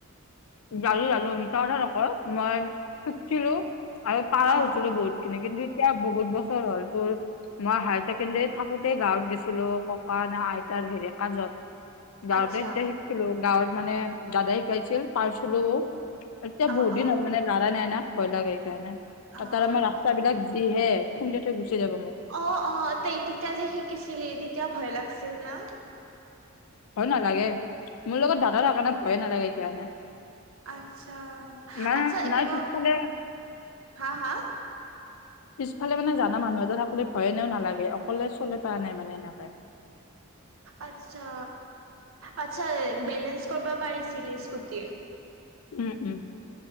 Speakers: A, on the left (about 75°); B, on the right (about 65°).
A: জানো জানো মিছা কথা নকওঁ মই শিকিছিলো। আৰু পাৰা হৈছিলো
B: অ',
A: বহুত খিনি কিন্তু এতিয়া বহুত বছৰ হ'ল তোৰ মই হায়াৰ ছেকেণ্ডাৰীত থাকোতেই গাঁৱত গেছিলো ককা না আইতাৰ হেৰি কাজত। গাঁৱতে
B: আচ্ছা
A: এতিয়া শিকছিলো গাঁৱত মানে দাদা শিকাইছিল পাৰচিলো। এতিয়া
B: অ',
A: বহুত দিন
B: অ',
A: হ'ল মানে লাৰাই নাই না, ভয় লাগে সেইকাৰণে আৰু
B: অ',
A: তাতে আমাৰ
B: অ',
A: ৰাস্তা বিলাক যিহে। খুন্ধায় থৈ গুচি যাব। মোক
B: অ', অ', তই তেতিয়া যে শিকিছিলি তেতিয়া ভয় লাগিছিল ন'?
A: ভয় নালাগে, মোৰ লগত দাদা থাকে কাৰণে ভয়ে নালাগে সেইকাৰণে।
B: আচ্ছা
A: নাই
B: আচ্ছা, এই
A: নাই
B: কি কম,
A: পিছফালে
B: হা হা?
A: পিছফালে মানে জানা মানুহ এটা থাকিলে ভয়ে এনেও নালাগে অকলে চলে পাৱা নাই মানে এনেকে।
B: আচ্ছা আচ্ছা বেলেঞ্চ কৰিবা পাৰিছিলি স্কুটি?
A: উম, উম।